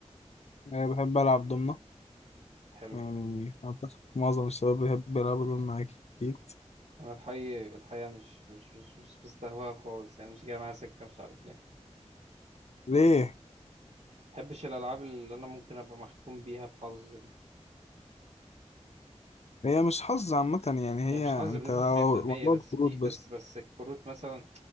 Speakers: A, on the left; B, on the right.
A: يعني بحب العب ضمنه
B: حلو
A: يعني اعتقد معظم الشباب بيحب يلعبوا ضمنه اكيد
B: أنا الحقيقة الحقيقة مش مش مش, مش بستهواها خالص يعني مش جاية معايا سكة مش عارف ليه
A: ليه
B: مبحبش الألعاب اللي أنا ممكن أبقى محكوم بيها بحظ دي
A: هي مش حظ عامة يعني هي
B: يعني مش حظ
A: انت
B: بنسبة 100%
A: موضوع
B: بس
A: الكروت
B: في
A: بس
B: بس بس الكروت مثلا